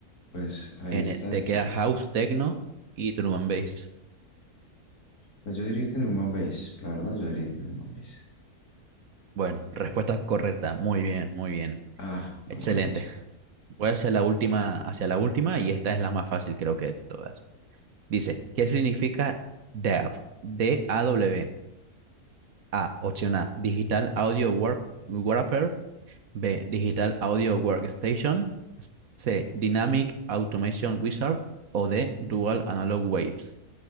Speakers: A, on the left; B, on the right.
A: Pues ahí
B: En
A: está.
B: el- te queda house, techno y drum and bass.
A: Pues yo diría que Drum and Bass, la verdad, yo diría que Drum and Bass.
B: Bueno, respuesta correcta. Muy bien, muy bien.
A: Ah, bueno,
B: Excelente. Voy hacia la última, hacia la última y esta es la más fácil creo que de todas. Dice, ¿qué significa DAW? D-A-W. A, W. A, opción A, Digital Audio Warp- Wrapper. B, Digital Audio Workstation. C, Dynamic Automation Wizard. O D, Dual Analog Waves.